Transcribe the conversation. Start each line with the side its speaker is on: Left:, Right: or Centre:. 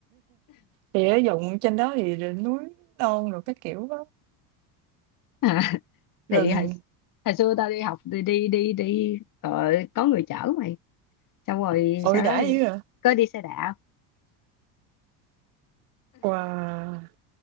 Right: Thì ở dụng trên đó thì rồi núi non rồi cái kiểu đó.
Left: à,
Right: Rừng
Left: thì hồi, hồi xưa tao đi học thì đi đi đi ờ, có người chở mày xong rồi
Right: ôi
Left: sau
Right: đã
Left: đó
Right: dữ
Left: thì
Right: à.
Left: có đi xe đạp
Right: Wow.